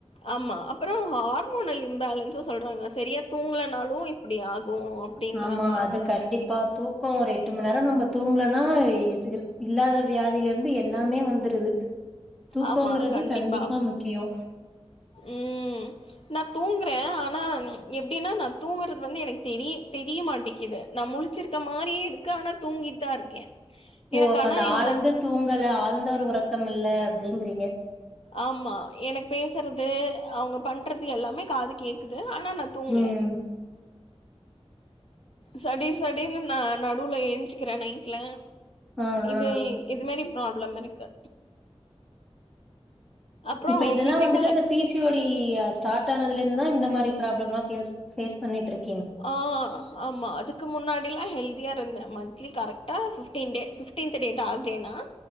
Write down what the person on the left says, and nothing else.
ஆமா அப்றோ ஹார்மோன்ல்ல பேலன்ஸ்ச சொல்றாங்க சரியா தூங்கனாலு இப்டி ஆகு அப்டின்றாங்க
ஆமா கண்டிப்பா
உம் நா தூங்குறே ஆன ஆனா எப்டினா நா தூங்குறது வந்து எனக்கு தெரிய தெரிய மாட்டேக்குது நா முழுச்சிருக்க மாரியே இருக்கு ஆனா தூங்கிட்டு தா இருக்கே
எனக்கு
ஆனா
இந்த
ஆமா எனக்கு பேசுறது அவுங்க பண்றது எல்லாமே காது கேக்குது ஆனா நா தூங்கல
சடிர் சடிர்னு நா நடுவுல எழுஞ்சுக்குறே நைட்ல
இது
இது மாரி ப்ராப்ளம் இருக்கு அப்றோ
ஃபிசிக்கல்
ஆ ஆமா அதுக்கு முன்னாடி எல்லா ஹெல்தியா இருந்த மந்த்லி கரெக்டா பிஃப்டீன் டே பிஃப்டீன்த்து டேதா ஆகுறேன்னா